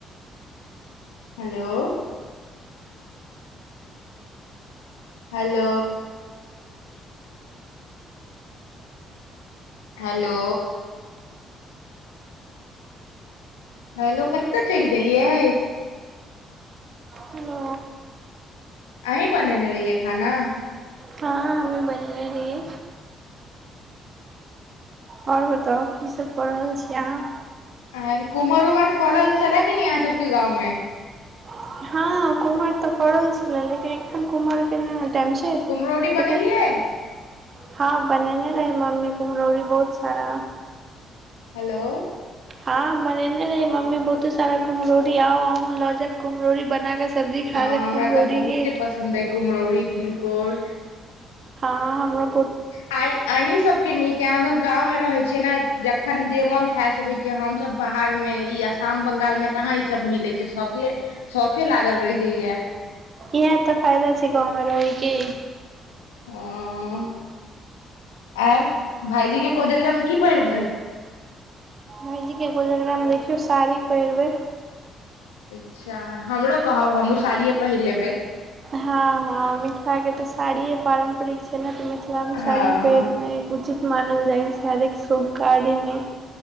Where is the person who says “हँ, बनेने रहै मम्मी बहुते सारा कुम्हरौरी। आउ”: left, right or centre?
Right